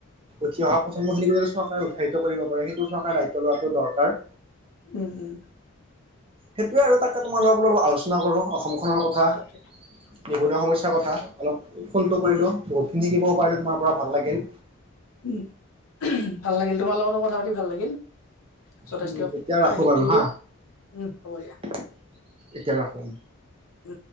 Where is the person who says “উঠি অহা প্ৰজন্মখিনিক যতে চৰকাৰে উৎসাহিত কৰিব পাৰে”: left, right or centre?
Right